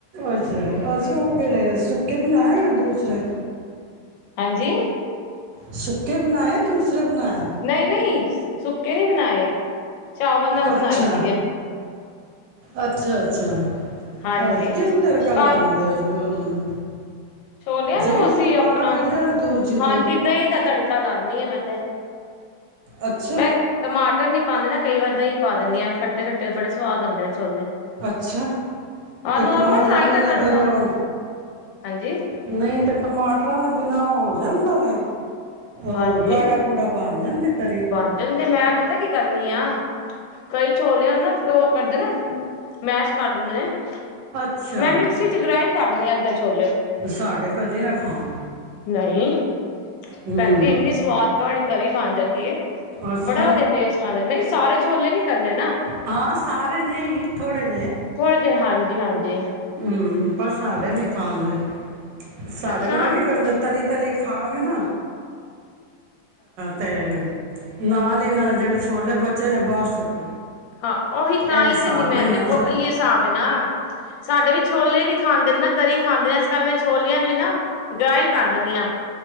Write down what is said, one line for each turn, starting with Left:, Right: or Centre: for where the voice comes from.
Right: ਅੱਛਾ ਅਸੀਂ ਉਹ ਕਿਹੜੇ ਸੁੱਕੇ ਬਣਾਏ ਯ ਦੂਸਰੇ
Left: ਹਾਂਜੀ
Right: ਸੁੱਕੇ ਬਣਾਏ ਦੂਸਰੇ ਬਣਾਏ
Left: ਨਹੀਂ ਨਹੀਂ ਸੁੱਕੇ ਨਹੀਂ ਬਣਾਏ ਚਾਵਲ ਨਾਲ ਬਣਾਏ
Right: ਅੱਛਾ
Left: ਸੀਗੇ
Right: ਅੱਛਾ ਅੱਛਾ
Left: ਹਾਂਜੀ
Right: ਆਹ ਕਿੰਨ ਤਕਾ
Left: ਤਾਂ
Right: ਲਾਉਂਦੇ ਉਸ ਉਹਨਾ ਨੂੰ
Left: ਛੋਲਿਆਂ ਨੂੰ
Right: ਦਹੀਂ
Left: ਅਸੀਂ
Right: ਦੁਹੀਂ
Left: ਆਪਣਾ
Right: ਪਾ ਕੇ ਜਾਂ ਦੂਜੀ
Left: ਹਾਂਜੀ
Right: ਤਰ੍ਹਾਂ
Left: ਦਹੀ ਦਾ ਤੜਕਾ ਲਉਦੀ ਆ ਮੈਂ ਤੇ
Right: ਅੱਛਾ
Left: ਮੈਂ ਟਮਾਟਰ ਨੀ ਪਾਉਂਦੇ ਨਾ ਕਈ ਵਾਰ ਦਸੀਂ ਪਾ ਦਿੰਦੇ ਹਾਂ ਖੱਟੇ ਖੱਟੇ ਬੜੇ ਸਵਾਦ ਆਉਦੇ ਨੇ ਛੋਲੇ
Right: ਅੱਛਾ
Left: ਹਾਂ
Right: ਤੇ
Left: ਨੋਰਮਲ
Right: ਟਮਾਟਰਾਂ
Left: ਲਾਈ ਦਾ
Right: ਬਿਨਾਂ
Left: ਤੜਕਾ
Right: ਫਿਰ ਉਹ
Left: ਹਾਂਜੀ
Right: ਨਹੀਂ ਤਾਂ ਟਮਾਟਰਾਂ ਦੇ ਬਿਨਾਂ ਉਹ ਹੋ ਜਾਂਦਾ ਵ
Left: ਹਾਂਜੀ-ਹਾਂਜੀ
Right: ਉਹ ਗਾੜਾ ਗੂੜਾ ਬਣ ਜਾਂਦੇ ਤਰੇ
Left: ਬਣ ਜਾਂਦੇ ਮੈਂ ਪਤਾ ਪਤਾ ਕੀ ਕਰਨੀ ਆ ਕਈ ਛੋਲਿਆਂ ਨੂੰ ਨਾ ਉਹ ਕਰਦੇ ਨਾ ਮੈਸ਼ ਕਰ ਦਿੰਦੇ ਨੇ
Right: ਅੱਛਾ
Left: ਮੈਂ ਮਿਕਸੀ ਚ ਗ੍ਰਾਇੰਡ ਕਰ ਦੇਣੀ ਆ ਅੱਧੇ ਛੋਲੇ
Right: ਸਾਡੇ ਕਦੇ ਨਾ ਖਾਣ
Left: ਨਹੀਂ
Right: ਹੂੰ
Left: ਭੈਣਜੀ ਇੰਨੀ ਸਵਾਦ ਗਾੜੀ ਤਰੀ ਬਣ ਜਾਂਦੀ ਏ
Right: ਅੱਛਾ
Left: ਬੜਾ ਵਧੀਆ ਟੇਸਟ ਨਹੀਂ ਸਾਰੇ ਛੋਲੇ ਨੀ ਕਰਨੇ ਨਾ
Right: ਹਾਂ ਸਾਰੇ ਨੇ ਥੋੜੇ ਨੇ
Left: ਥੋੜੇ ਜਿਹੇ ਹਾਂਜੀ ਹਾਂਜੀ।
Right: ਹੂੰ ਪਰ ਸਾਡੇ ਨੀ ਖਾਦੇ ਸਾਡੇ
Left: ਅੱਛਾ-ਅੱਛਾ
Right: ਪਤਾ ਕੀ ਕਰਦੇ ਤਰੀ ਤਰੀ ਖਾਗੇ ਨਾ ਤੇ। ਨਾਲ ਹੀ ਇਹਨਾਂ ਨੇ ਜਿਹੜੇ ਛੋਲੇ ਬੱਚੇ ਨੇ ਬਾਹਰ ਸੁੱਟੋ
Left: ਹਾਂ, ਉਹੀ ਤਾਂ
Right: ਇਹ
Left: ਹੀ
Right: ਹਿਸਾਬ
Left: ਤੇ ਨੀ ਮੈਂ
Right: ਹੈ ਇਹਨਾਂ
Left: ਦੇਖੋ
Right: ਦਾ
Left: ਅਈਏ ਹਿਸਾਬ ਹੈ ਨਾ। ਸਾਡੇ ਵੀ ਛੋਲੇ ਨੀ ਖਾਂਦੇ ਜ ਨਾ ਤਰੀ ਖਾਂਦੇ ਨੇ ਇਸ ਕਰ ਮੈਂ ਛੋਲਿਆਂ ਨੂੰ ਹੀ ਨਾ। ਗ੍ਰਾਇਡ ਕਰ ਦਿੰਦੀ ਹਾਂ।